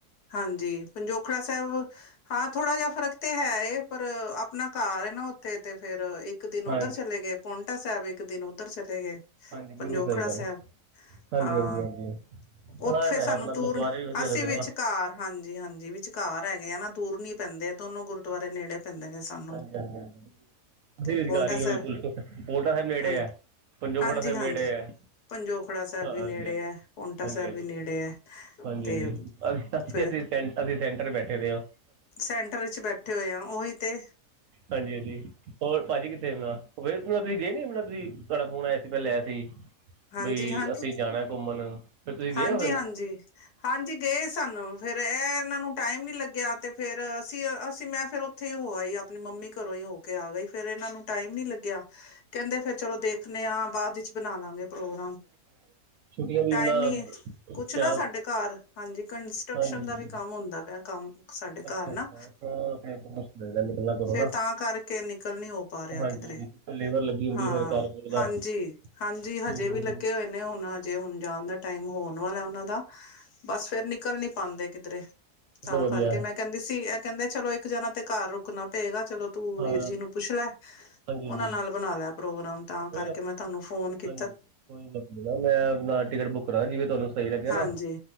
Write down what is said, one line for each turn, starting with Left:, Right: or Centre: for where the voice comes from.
Left: ਹਾਂਜੀ, ਪੰਜੋਖੜਾ ਸਾਹਿਬ ਹਾਂ ਥੋੜਾ ਜੇ ਫਰਕ ਤੇ ਹੈ, ਪਰ ਆਪਣਾ ਘਰ ਹੈ ਨਾ ਉੱਥੇ ਤੇ ਫੇਰ ਇੱਕ ਦਿਨ ਉੱਧਰ
Right: ਹਾਂਜੀ
Left: ਚਲੇ ਗਏ ਪੌਂਟਾ ਸਾਹਿਬ, ਇੱਕ ਇੱਕ ਦਿਨ ਉੱਧਰ ਚਲੇ ਗਏ
Right: ਹਾਂਜੀ
Left: ਪੰਜੋਖੜਾ
Right: ਬਿਲਕੁਲ ਸਹੀ ਗੱਲ
Left: ਸਾਹਿਬ
Right: ਹਾਂਜੀ
Left: ਹਾਂ
Right: ਹਾਂਜੀ ਹਾਂਜੀ ਇਹ
Left: ਉੱਥੇ
Right: ਤਾਂ
Left: ਸਾਨੂੰ
Right: ਹੈ ਮਤਲਬ
Left: ਦੂਰ
Right: ਗੁਰਦੁਆਰੇ ਵੀ ਵਧੀਆ
Left: ਹਸੀ
Right: ਲੱਗਦੇ
Left: ਵਿੱਚ
Right: ਨੇ ਨਾ
Left: ਕਾਰ ਹਾਂਜੀ ਹਾਂਜੀ ਵਿਚਕਾਰ ਹੈਗੇ ਆ ਨਾ ਦੂਰ ਨੀ ਪੈਂਦੇ ਦੋਨੋ ਗੁਰਦੁਆਰੇ ਨੇੜੇ ਪੈਂਦੇ ਨੇ ਸਾਨੂੰ
Right: ਹਾਂਜੀ ਹਾਂਜੀ ਹਾਂਜੀ ਅਸੀਂ
Left: ਤੇ
Right: ਰੁਜ਼ਗਾਰੀ
Left: ਪੋਂਟਾ
Right: ਹਾਂ
Left: ਸਾਹਿਬ
Right: ਬਿਲਕੁਲ ਪੋਟਾ ਸਾਹਿਬ ਨੇੜੇ
Left: ਹਾਂ
Right: ਹੈ ਪੰਜੋਖੜਾ
Left: ਹਾਂਜੀ
Right: ਸਾਹਿਬ
Left: ਹਾਂਜੀ
Right: ਨੇੜੇ ਹੈ
Left: ਪੰਜੋਖੜਾ ਸਾਹਿਬ
Right: ਹਾਂ
Left: ਵੀ
Right: ਹਾਂਜੀ
Left: ਨੇੜੇ
Right: ਹਾਂਜੀ
Left: ਹੈ ਪੋਂਟਾ
Right: ਹਾਂਜੀ
Left: ਸਾਹਿਬ
Right: ਹਾਂਜੀ
Left: ਵੀ ਨੇੜੇ ਹੈ
Right: ਹਾਂਜੀ
Left: ਤੇ
Right: ਹਾਂਜੀ
Left: ਫਿਰ
Right: ਅਸੀਂ ਸੈਂ ਅਸੀਂ ਸੈਂਟਰ ਬੈਠੇ ਦੇ ਹਾ
Left: ਸੈਂਟਰ ਵਿੱਚ ਬੈਠੇ ਹੋਏ ਆ ਉਹੀ ਤੇ
Right: ਹਾਂਜੀ ਹਾਂਜੀ ਹੋਰ ਭਾਜੀ ਕਿੱਥੇਣਾ <unintelligible> ਤੁਸੀਂ ਗਏ ਨੀਣਾ ਤੁਸੀਂ ਤੁਹਾਡਾ ਫੋਨ ਆਇ ਸੀ ਪਹਿਲੇ ਆਇਆ ਸੀ
Left: ਹਾਂਜੀ
Right: ਬਈ
Left: ਹਾਂਜੀ
Right: ਅਸੀਂ ਜਾਣਾ ਘੁੰਮਣ ਫਿਰ ਤੁਸੀਂ ਗਏ
Left: ਹਾਂਜੀ
Right: ਹੋ ਫਿਰ
Left: ਹਾਂਜੀ ਹਾਂਜੀ ਗਏ ਸਾਨੂੰ ਫੇਰ ਇਹ ਇਹਨਾਂ ਨੂੰ ਟਾਈਮ ਨੀ ਲੱਗਿਆ ਤੇ ਫੇਰ ਅਸੀਂ ਅਸੀਂ ਮੈਂ ਫਿਰ ਉੱਥੇ ਹੀ ਹੋਆਈ ਆਪਣੀ ਮੰਮੀ ਘਰੋਂ ਹੀ ਹੋ ਕੇ ਆ ਗਈ ਫੇਰ ਇਹਨਾਂ ਨੂੰ ਟਾਈਮ ਨੀ ਲੱਗਿਆ ਕਹਿੰਦੇ ਫੇਰ ਚਲੋ ਦੇਖਣੇ ਆਾਂ ਬਾਅਦ ਵਿੱਚ ਬਣਾ ਲਾ ਪ੍ਰੋਗਰਾਮ
Right: ਛੁੱਟੀਆਂ ਵੀ
Left: ਟਾਈਮ
Right: ਨਾ
Left: ਨੀ ਕੁਛ
Right: ਚਾ
Left: ਨਾ ਸਾਡੇ ਘਰ ਹਾਂਜੀ ਕੰਸਟਰਕਸ਼ਨ
Right: ਹਾਂਜੀ ਹਾਂਜੀ
Left: ਦਾ ਵੀ ਕੰਮ ਹੁੰਦਾ ਪਿਆ ਕੰਮ ਸਾਡੇ
Right: ਅੱਛਾ
Left: ਘਰ ਨਾ
Right: ਅੱਛਾ ਹਾਂ ਫੇਰ ਤਾਂ ਮੁਸ਼ਕਿਲ ਇਹਦਾ ਨਿਕਲਣਾ ਕਰੋ
Left: ਫੇਰ
Right: ਨਾ
Left: ਤਾਂ ਕਰਕੇ ਨਿਕਲ ਨੀ ਹੋ ਪਾ ਰਿਹਾ
Right: ਹਾਂਜੀ
Left: ਕਿਧਰੇ
Right: ਹਾਂਜੀ ਪਿੱਛੋਂ ਲੇਬਰ ਲੱਗੀ ਹੁੰਦੀ
Left: ਹਾਂ
Right: ਫਿਰ ਕਾਰਪੋਰ ਦਾ
Left: ਹਾਂਜੀ ਹਾਂਜੀ ਹਾਂਜੀ
Right: ਹੂੰ
Left: ਹਜੇ ਵੀ ਲੱਗੇ ਹੋਏ ਨੇ ਹੁਣ ਹਜੇ ਹੁਣ ਜਾਣ ਦਾ ਟਾਈਮ ਹੋਣ ਵਾਲਾ ਹੈ ਉਹਨਾਂ ਦਾ ਬਸ ਫੇਰ ਨਿਕਲ ਨੀ ਪਾਂਦੇ ਕਿਧਰੇ
Right: ਚਲੋ
Left: ਤਾਂ
Right: ਵਧੀਆ
Left: ਕਰਕੇ ਮੈਂ ਕਹਿੰਦੀ ਸੀ ਇਹ ਕਹਿੰਦੇ ਚਲੋ ਇੱਕ ਜਣਾ ਤੇ ਘਰ ਰੁਕਣਾ ਪਏਗਾ‌ ਚਲੋ ਤੂੰ
Right: ਹਾਂ
Left: ਵੀਰ ਜੀ ਨੂੰ ਪੁੱਛ ਲੈ
Right: ਹਾਂਜੀ
Left: ਉਹਨਾਂ
Right: ਹਾਂਜੀ
Left: ਨਾਲ ਬਣਾ ਲੈ ਪ੍ਰੋਗਰਾਮ ਤਾਂ
Right: ਕੋਈ
Left: ਕਰਕੇ
Right: ਨਾ
Left: ਮੈਂ ਤੁਹਾਨੂੰ ਫੋਨ ਕਿ
Right: ਹਾਂਜੀ ਕੋਈ ਨਹੀ ਨਾ ਮੈਂ ਟਿਕਟ ਬੁੱਕ ਕਰਾਂ ਜਿਵੇਂ ਤੁਹਾਨੂੰ ਸਹੀ ਲੱਗੇ
Left: ਹਾਂਜੀ
Right: ਨਾ